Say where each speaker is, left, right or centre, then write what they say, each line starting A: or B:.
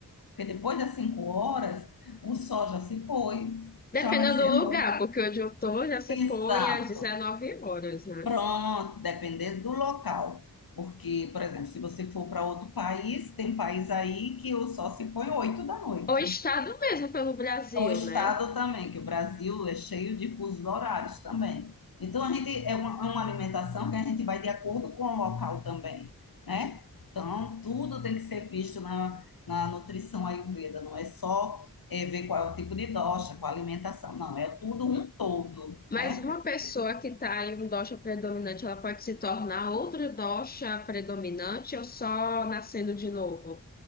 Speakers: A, on the left (about 65°); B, on the left (about 25°).
A: porque depois das cinco horas o sol já se pôs, já
B: Dependendo
A: vai ser
B: do
A: noite.
B: lugar, porque onde eu tô já se
A: Exato.
B: põe às 19 horas, né?
A: Pronto, dependendo do local. Porque, por exemplo, se você for para outro país, tem país aí que o sol se põe oito da noite.
B: Ou estado mesmo pelo Brasil,
A: O estado
B: né?
A: também, que o Brasil é cheio de fusos horários também. Então, a gente é uma, é uma alimentação que a gente vai de acordo com o local também, né? Então, tudo tem que ser visto na, na nutrição Ayurveda, não é só é, ver qual é o tipo de dosha, qual a alimentação, não, é tudo um todo,
B: Mas
A: né?
B: uma
A: É
B: pessoa
A: tudo
B: que está em um dosha predominante, ela pode se tornar outro dosha predominante ou só nascendo de novo?